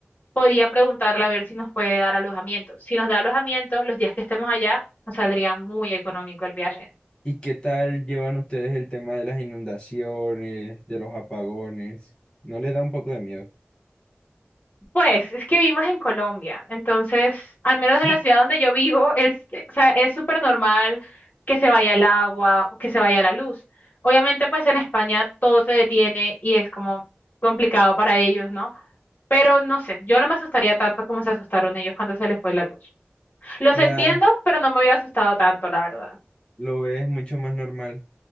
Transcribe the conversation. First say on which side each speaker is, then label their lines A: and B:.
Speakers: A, on the left; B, on the left.
A: podría preguntarle a ver si nos puede dar alojamiento. Si nos da alojamiento, los días que estemos allá, nos saldría muy económico el viaje.
B: ¿Y qué tal llevan ustedes el tema de las inundaciones, de los apagones? ¿No les da un poco de miedo?
A: Pues es que vivimos en Colombia, entonces, al menos
B: <laughs>
A: en la ciudad donde yo vivo, es, eh, o sea, es súper normal que se vaya el agua o que se vaya la luz. Obviamente, pues en España todo se detiene y es como complicado para ellos, ¿no? Pero no sé, yo no me asustaría tanto como se asustaron ellos cuando se les fue la luz. Los
B: Ya
A: entiendo, pero no me hubiera asustado tanto, la verdad,
B: lo ves mucho más normal,